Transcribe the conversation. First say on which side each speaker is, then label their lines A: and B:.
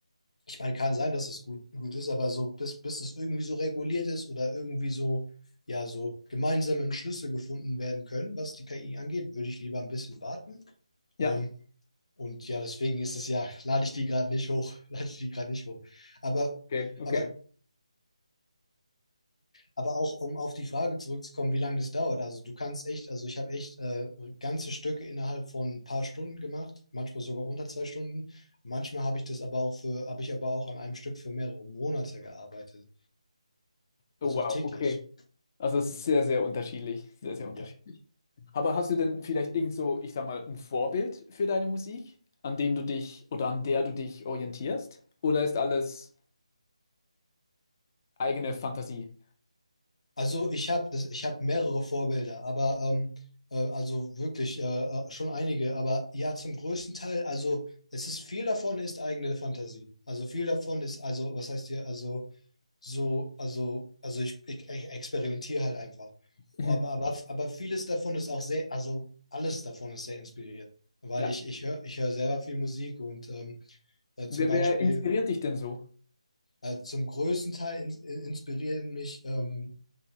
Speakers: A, on the left (about 70°); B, on the left (about 30°).
A: Ich meine, kann sein, dass es gut, gut ist, aber so, bis, bis es irgendwie so reguliert ist oder irgendwie so, ja, so gemeinsame Entschlüsse gefunden werden können, was die KI angeht, würde ich lieber ein bisschen warten.
B: Ja,
A: Ähm, und ja, deswegen ist es ja, lade ich die gerade nicht hoch, <laughs> lade ich die gerade nicht hoch. Aber,
B: okay, okay.
A: aber, aber auch, um auf die Frage zurückzukommen, wie lange das dauert. Also du kannst echt, also ich habe echt äh, ganze Stücke innerhalb von ein paar Stunden gemacht, manchmal sogar unter zwei Stunden. Manchmal habe ich das aber auch für, habe ich aber auch an einem Stück für mehrere Monate gearbeitet.
B: Oh
A: Also
B: wow,
A: auch täglich.
B: okay. Also es ist sehr, sehr unterschiedlich. Sehr, sehr unterschiedlich.
A: Ja.
B: Aber hast du denn vielleicht irgend so, ich sag mal, ein Vorbild für deine Musik, an dem du dich oder an der du dich orientierst? Oder ist alles. eigene Fantasie.
A: Also ich habe das, ich habe mehrere Vorbilder, aber ähm, äh, also wirklich äh, äh, schon einige. Aber ja, zum größten Teil, also es ist viel davon ist eigene Fantasie. Also viel davon ist, also, was heißt hier, also so, also, also ich, ich, ich experimentiere halt einfach.
B: Mhm.
A: Aber, aber, aber vieles davon ist auch sehr, also alles davon ist sehr inspiriert. Weil
B: Ja.
A: ich, ich höre, ich höre selber viel Musik und ähm, äh, zum
B: Wer,
A: Beispiel,
B: wer inspiriert dich denn so?
A: äh, zum größten Teil in, inspirieren mich ähm,